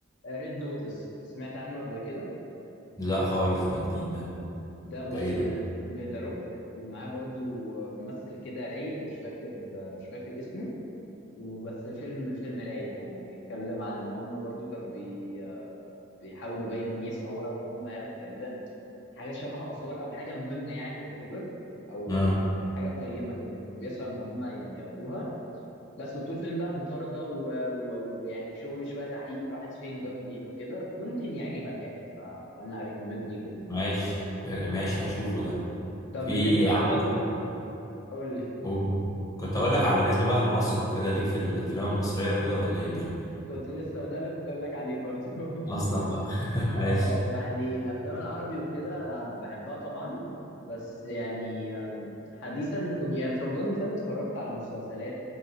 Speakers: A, on the left; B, on the left.
A: ريد نوتس سمعت عنه قبل كده
B: لا خالص ده جديد ده
A: ده
B: ده
A: بص
B: ايه ده
A: لذا روك ومعاه برضو ممثل كده رايق مش فاكر مش فاكر اسمه وبس الفيلم الفيلم رايق يعني بيتكلم عن ان هم برضو كانوا بي بيحاولوا باين يسعوا ورا ان هم ياخدوا تقريبا حاجه شبه اثار او حاجه مهمه يعني وات ايفر، او
B: اه
A: حاجه قيمه كده كانوا بيسعوا ان هم ياخدوها بس وطول الفيلم بقى مطارده و- و- ويعني شغل شويه تحقيق راحت فين وجت منين وكده ممكن يعجبك يعني ف... فانا اريكومند ليه جدا
B: ماشي ماشي هشوفه ده
A: طب
B: في
A: بالنسبه
B: عم-
A: بقى قول لي
B: أوه. كنت اقول لك على بالنسبه بقى لمصر وكده ليك في الافلام المصريه وكده ولا ايه الدنيا
A: كنت لسه ده اللي كنت اقول لك عليه برضه <laughs>
B: اصلا بقى <laughs>
A: اه
B: ماشي
A: يعني الافلام العربي وكده انا بحبها طبعا بس يعني أم، حديثا كنت يعني في رمضان اللي فات اتفرجت على مسلسلات